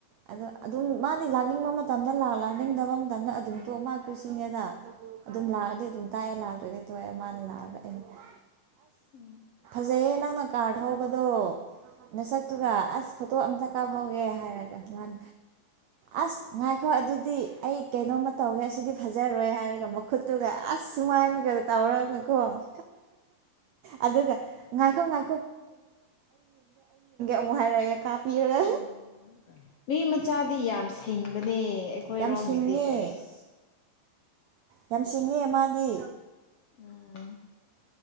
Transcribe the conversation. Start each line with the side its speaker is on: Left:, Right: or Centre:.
Right: ꯑ
Left: ꯑꯣ
Right: ꯑꯗꯨꯝ ꯃꯥ ꯍꯥꯏꯗꯤ ꯂꯥꯛꯅꯤꯡꯕ ꯃꯇꯝꯗ ꯂꯥꯛ ꯂꯥꯛꯅꯤꯡꯗꯕ ꯃꯇꯝꯗ ꯑꯗꯨꯝ ꯇ‌ꯣꯛ ꯃꯥ ꯀꯨꯁꯤꯅꯤꯗ ꯑꯗꯨꯝ
Left: ꯑꯣ
Right: ꯂꯥꯛꯑꯗꯤ ꯑꯗꯨꯝ ꯇꯥꯛꯑꯦ ꯂꯥꯛꯇ꯭ꯔꯗꯤ ꯇ‌ꯣꯛꯑꯦ ꯃꯥꯅ ꯂꯥꯛꯑꯒ ꯑꯩꯩꯅ
Left: ꯎꯝ
Right: ꯐꯖꯩ ꯅꯪꯅ ꯀꯥꯔ ꯊꯧꯕꯗꯣ ꯅꯁꯛꯇꯨꯒ ꯑꯁ ꯐꯣꯇꯣ ꯑ ꯀꯥꯐꯍꯧꯒꯦ ꯍꯥꯏꯔꯒ ꯃꯥꯟ ꯑꯁ ꯉꯥꯏꯈꯣ ꯑꯗꯨꯗꯤ ꯑꯩ ꯀꯩꯅꯣꯝꯃ ꯇꯧꯒꯦ ꯑꯁꯤꯗꯤ ꯐꯖꯔꯣꯏ ꯍꯥꯏꯔꯒ ꯃꯈꯨꯠꯇꯨꯒ ꯑꯁ ꯁꯨꯉꯥꯏꯅꯤꯒ ꯇꯧꯔꯒꯀꯣ ꯑꯗꯨꯒ ꯉꯥꯏꯈꯣ ꯉꯥꯏ ꯑꯃꯨꯛ ꯍꯥꯏꯔꯛꯑꯦ ꯀꯥꯞꯄꯤꯔꯒ
Left: ꯎꯝ ꯃꯤꯃ ꯃꯥꯥꯗꯤ ꯌꯥꯝ ꯁꯤꯡꯕꯅꯦ ꯑꯩꯈꯣꯏꯔꯣꯝꯒꯤꯗꯤ
Right: ꯌꯥꯝ ꯁꯤꯡꯉꯦ
Left: ꯑꯁ
Right: ꯌꯥꯝ ꯁꯤꯡꯉꯦ ꯃꯥꯗꯤ
Left: ꯎꯝ